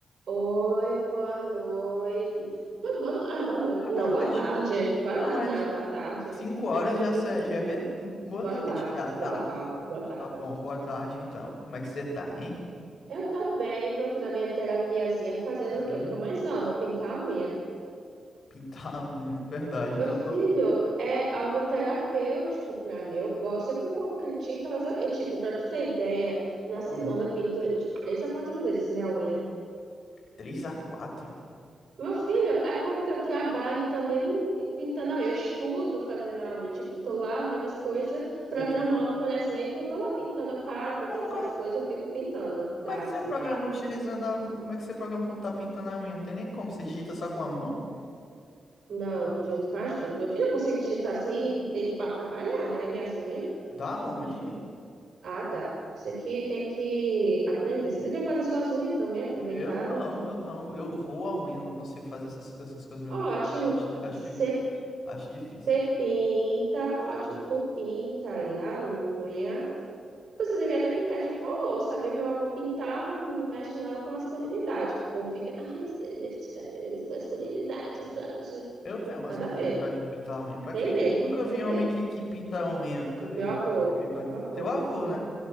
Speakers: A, on the right; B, on the left.
A: Oi, boa noite. Boa, boa no- ah, boa noite.
B: É boa
A: Não,
B: noite.
A: boa tarde. Boa
B: Não,
A: nada,
B: mas
A: né? Boa tarde.
B: cinco horas já, se- já é bem boa
A: Boa
B: noite,
A: tarde,
B: já tá?
A: boa tarde, boa tarde,
B: Tá bom,
A: boa tarde.
B: boa tarde então. Como é que você tá, hein?
A: Eu tô bem, tô aqui na minha terapiazinha fazendo
B: Hum,
A: o que, o que eu mais amo, pintar a unha.
B: pintar a unha, é verdade,
A: Meu
B: né? Eu
A: filho,
B: tô
A: é algo terapêutico pra mim. Eu gosto, sempre que o povo critica, mas eu, eu, tipo, pra tu ter ideia, na semana
B: hum,
A: eu pinto de três a quatro vezes minha unha.
B: 3 a 4.
A: Meu filho, é porque eu trabalho também pintando a unha. Eu estudo fazendo a unha. Tipo, eu tô lá vendo as coisas, programando,
B: Quer dizer, que-
A: por exemplo, eu tô lá pintando, eu paro pra
B: como,
A: pensar
B: como,
A: as coisas, eu fico pintando.
B: como
A: Dá,
B: é que você programa
A: dá.
B: utilizando a, como é que você programa quando tá pintando a unha? Não tem nem como, você digita só com a mão?
A: Não, com jeito com as duas. Meu filho, eu consigo digitar sem me atrapalhar, né? Minhas unhas.
B: Da onde?
A: Ah, dá. Isso aqui tem que aprender. Você devia fazer suas unhas também, aproveitava.
B: Eu não, eu não. Eu roo a unha, não consigo fazer essas, essas coisas mesmo.
A: Ótimo.
B: Não, acho, acho,
A: Você
B: difí- acho difícil.
A: você pinta, ótimo, tu pinta aí a unha. Você devia até pintar de incolor, sabia? Meu avô pintava, não mexe nada com masculinidade. que O povo fica, ai, isso daí deve tirar minha vida com masculinidade, frágil.
B: Eu tenho masculinidade
A: Nada a ver.
B: pra de pintar a unha. Pra
A: Tem
B: quê?
A: mesmo,
B: Nunca
A: você
B: vi
A: tem.
B: homem que, que pinta a unha, nunca vi.
A: Meu
B: esse
A: avô,
B: Tipo de coisa.
A: meu avô.
B: Seu avô, né?